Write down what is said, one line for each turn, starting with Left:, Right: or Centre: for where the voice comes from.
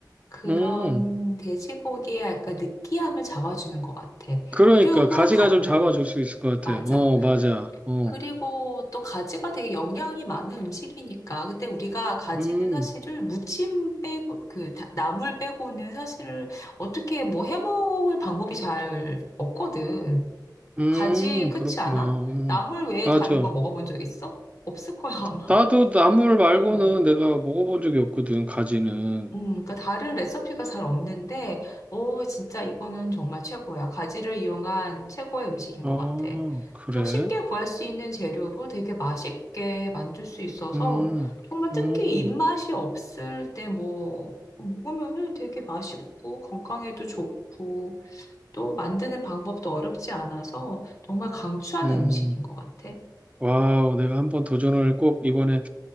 Left: 그런
Right: 음,
Left: 돼지고기의 약간 느끼함을 잡아주는 것 같아.
Right: 그러니까
Left: 그리고
Right: 가지가
Left: 가,
Right: 좀
Left: 음,
Right: 작아질 수 있을 것
Left: 맞아.
Right: 같아. 어, 맞아. 어,
Left: 그리고 또 가지가 되게 영양이 많은 음식이니까. 근데 우리가 가지는
Right: 음,
Left: 사실을 무침 빼고, 그, 다- 나물 빼고는 사실을 어떻게 뭐 해먹을 방법이 잘 없거든.
Right: 음,
Left: 가지, 그렇지
Right: 그렇구나.
Left: 않아?
Right: 음,
Left: 나물 외에
Right: 맞아.
Left: 다른 거 먹어본 적 있어? 없을 거야, 아마.
Right: 나도 나물 말고는
Left: 어.
Right: 내가 먹어본 적이 없거든, 가지는.
Left: 음, 그러니까 다른 레시피가 잘 없는데, 오, 진짜 이거는 정말 최고야. 가지를 이용한 최고의 음식인
Right: 아,
Left: 것 같아.
Right: 그래?
Left: 저 쉽게 구할 수 있는 재료로 되게 맛있게 만들 수 있어서,
Right: 음,
Left: 정말 특히
Right: 음,
Left: 입맛이 없을 때 뭐, 먹으면은 되게 맛있고, 건강에도 좋고, 또 만드는 방법도 어렵지 않아서, 정말 강추하는
Right: 음.
Left: 음식인 것 같아.
Right: 와우, 내가 한번 도전을 꼭 이번에